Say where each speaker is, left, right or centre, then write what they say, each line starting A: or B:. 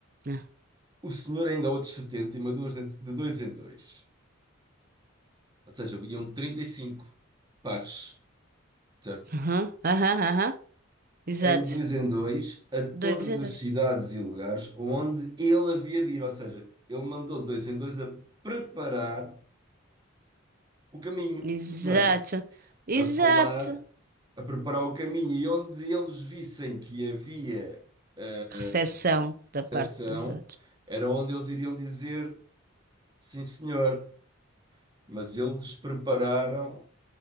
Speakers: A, on the right; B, on the right.
A: né?
B: O senhor ainda há outros 70 e mandou-os de de dois em dois. Ou seja, iam 35 pares, certo?
A: Uhum. Aham, uhum. aham. Exato.
B: Em dois em dois, a todas
A: Dois em
B: as
A: dois.
B: cidades e lugares onde ele havia de ir. Ou seja, ele mandou de dois em dois a preparar o caminho,
A: Exato.
B: não é?
A: Exato.
B: A falar, a preparar o caminho. E onde eles vissem que havia eh,
A: Recessão da
B: recepção,
A: parte dos outros.
B: era onde eles iriam dizer sim, senhor, mas eles prepararam